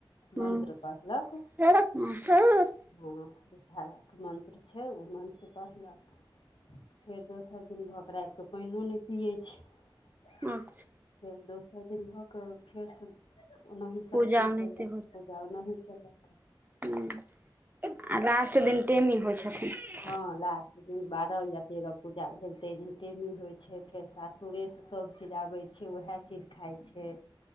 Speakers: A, on the right; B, on the left.
A: हूँ
B: मंत्र पड़लक
A: <unintelligible>
B: हँ वीषहरा कऽ मन्त्र छै ओ मन्त्र पड़लक फेर दोस फेर दिन भऽ कऽ राइत कऽ पाइनो नै पियै छै
A: अच्छा
B: फेर दोसर दिन भऽ कऽ फेरस ओनाही
A: पूजा
B: सभ चीज
A: ओनाहिते
B: कैलक पूजा ओनाही केलक
A: हु <inaudible> आ लास्ट दिन टेमी होइ छथिन
B: हँ लास्ट दिन बारह या तेरह पूजा भेल तैय दिन टेमी होइ छै फेर सासुरे स संब चीज आबै छै उहै चीज खाइ छै